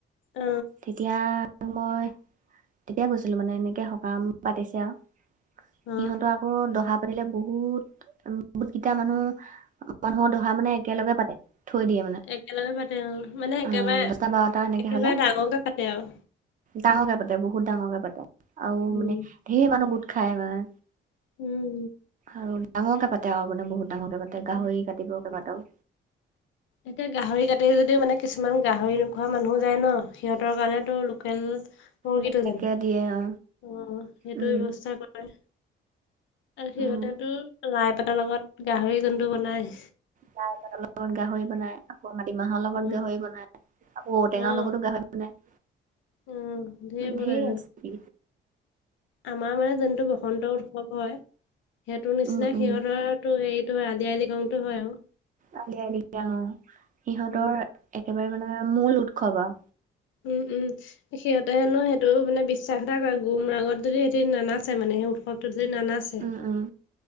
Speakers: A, on the left (about 70°); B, on the right (about 40°).
A: অ
B: তেতিয়াতো মই। তেতিয়া গৈছিলো মানে এনেকে সকাম পাতিছে আও
A: অ
B: সিহঁতোৰ আক দহা পাতিলে বহুত, বহুত কেইটা মানুহ মানুহৰ দহা মানে একেলগে পাতে। থৈ দিয়ে মানে
A: একেলগে পাতে অঁ, মানে একেবাৰে
B: অ দহটা বাৰটা এনেকে
A: একেবাৰে
B: হলে
A: ডাঙৰকে পাতে আৰু।
B: ডাঙৰকে পাতে বহুত ডাঙৰকে পাতে আৰু
A: উম
B: মানে ধেৰ মানুহ গোট খাই মানে।
A: উম।
B: আৰু ডাঙৰকে পাতে আৰু মানে বহুত ডাঙৰকে পাতে
A: তাকে
B: গাহৰি কাটিব কেইবাটাও।
A: এতিয়া গাহৰি কাটি যদিও মানে কিছুমান গাহৰি নোখোৱা মানুহ যায় ন সিহঁতৰ কাৰণেটো লোকেল মুৰ্গীটো
B: বেলেগকে
A: যে,
B: দিয়ে অ
A: অঁ সেইটো
B: উম
A: ব্যৱস্থা কৰে। আৰু সিহঁতেতো
B: উম
A: লাই পাতৰ লগত গাহৰি যোনটো বনাই।
B: লাই পাতৰ লগত গাহৰি বনাই। আকৌ মাতিমাহৰ লগত
A: উম,
B: গাহৰি বনাই, আকৌ ঔটেঙাৰ
A: উম,
B: লগতো গাহৰি বনাই।
A: উম ধেৰ
B: ঢেৰ
A: বনাই
B: ৰেচিপি
A: অঁ। আমাৰ মানে যোনটো বসন্ত উৎসৱ হয়, সেইটোৰ নিচিনা
B: উম উম
A: সিহঁতৰ তো হেৰিটো হয়, আলি আঃয়ে লৃগাংটো হয় আৰু।
B: আলি আঃয়ে লৃগাং অঁ, সিহঁতৰ
A: উম,
B: একেবাৰে মানে মূল উৎসৱ আৰু।
A: উম উম সিহঁতে হেনো সেইটো মানে বিশ্বাস এটা কৰে গুমৰাঙত যদি সিহঁতি নানাচে মানে সেই উৎসৱটোত যদি নানাচে
B: উম উম